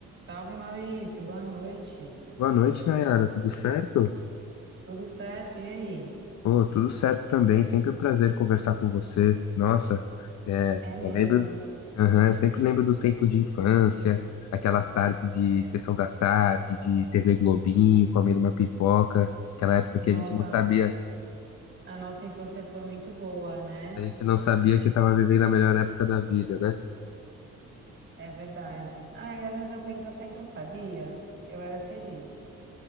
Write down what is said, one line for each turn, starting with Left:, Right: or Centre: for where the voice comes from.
Right: Salve Maurício, boa noite.
Left: Boa noite, Nayara. Tudo certo?
Right: Tudo certo? E aí?
Left: Pô, tudo certo também. Sempre um prazer conversar com você. Nossa, é,
Right: É mesmo.
Left: eu lembro. Aham, eu sempre lembro dos tempos de infância, aquelas tardes de sessão da tarde, de TV Globinho, comendo uma pipoca, aquela época
Right: Nossa,
Left: que a gente não sabia,
Right: a nossa infância foi muito boa, né?
Left: a gente não sabia que estava vivendo a melhor época da vida, né?
Right: É verdade. Ah, e às vezes eu penso até que eu sabia, eu era feliz.